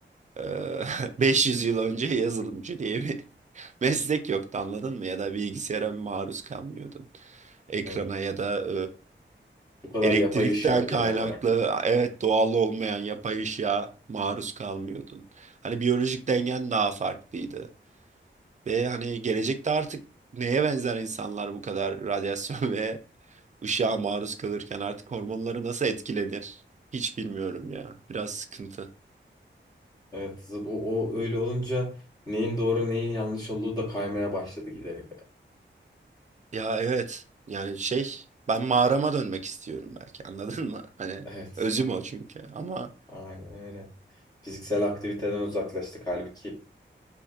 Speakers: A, on the right; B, on the left.
A: eee, 500 <laughs> yıl önce yazılımcı diye bir Meslek yoktu anladın mı? Ya da bilgisayara maruz kalmıyordun. Ekrana
B: Evet.
A: ya da
B: Bu kadar
A: e, elektrikten
B: yapay ışığa genel
A: kaynaklı
B: olarak.
A: evet doğal olmayan yapay ışığa maruz kalmıyordun. Hani biyolojik dengen daha farklıydı. Ve hani gelecekte artık neye benzer insanlar bu kadar radyasyon <laughs> ve ışığa maruz kalırken artık hormonları nasıl etkilenir? Hiç bilmiyorum ya. Biraz sıkıntı.
B: Evet, zı- o, o öyle olunca neyin doğru neyin yanlış olduğu da kaymaya başladı giderek.
A: Ya evet. Yani şey ben mağarama dönmek istiyorum belki anladın mı? <laughs> Hani
B: Evet,
A: özüm o çünkü ama
B: aynen öyle. Fiziksel aktiviteden uzaklaştık halbuki